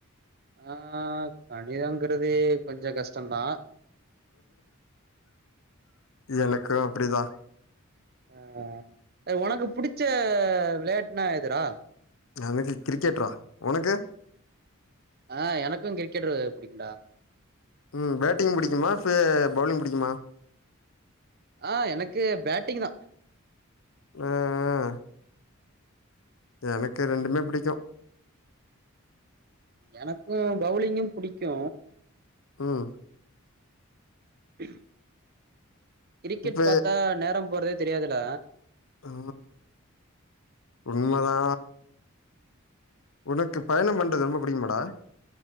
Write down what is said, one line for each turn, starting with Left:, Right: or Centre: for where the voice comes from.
Right: ஆ கணிதங்கறது கொஞ்சோ கஷ்டந்தா.
Left: எனக்கு அப்பிடிதா.
Right: ஆ உனக்கு புடிச்ச விளையாட்டுனா எதுறா?
Left: எனக்கு கிரிக்கெட்ரா உனக்கு?
Right: ஆ எனக்கு கிரிக்கெட்டு புடிக்குண்டா.
Left: ம் பேட்டிங் புடிக்குமா ஃபே பவுலிங் புடிக்குமா?
Right: ஆ எனக்கு பேட்டிங்தா.
Left: ஆ ஆ எனக்கு ரெண்டுமே புடிக்கு.
Right: எனக்கு பௌலிங்கு புடிக்கு.
Left: ம்
Right: <unintelligible> கிரிக்கெட்
Left: இப்ப
Right: பாத்தா நேரம் போறதே தெரியாதுல
Left: ஆ உண்மதா உனக்கு பயணம் பண்றது ரொம்ப பிடிக்குமாடா